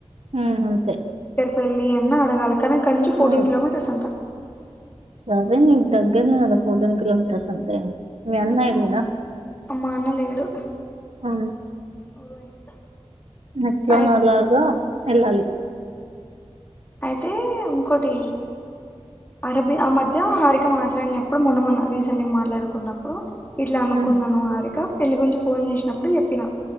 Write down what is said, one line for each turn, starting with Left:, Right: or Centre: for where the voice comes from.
Right: ఉ అంతే
Left: వెళ్ళి ఎన్న అడగాల కానీ ఇక్కడ నుంచి ఫోర్టీన్
Right: ఆ!
Left: కిలో మీటర్స్ అంటా
Right: సరే నీకు దగ్గరని కదా ఫోర్టీన్ కిలోమీటర్స్ అంటే మ అనాయి
Left: మొన్న
Right: లేనా
Left: మా అన్న లేడు
Right: ఆ
Left: ఊరు పోయిండు
Right: ఎట్లాన
Left: అయితే
Right: అలాగా వెళ్ళాలి
Left: అయితే ఇంకోటి అరబి ఆ మధ్య హరిిక మాట్లాడినప్పుడు మొన్న మొన్న రీసెంట్ గా మాట్లాడుకున్నప్పుడు ఇట్లా అనుకున్నాను
Right: హ్మ్.
Left: హారిక నీ గురించి ఫోన్ చేసినప్పుడు చెప్పిన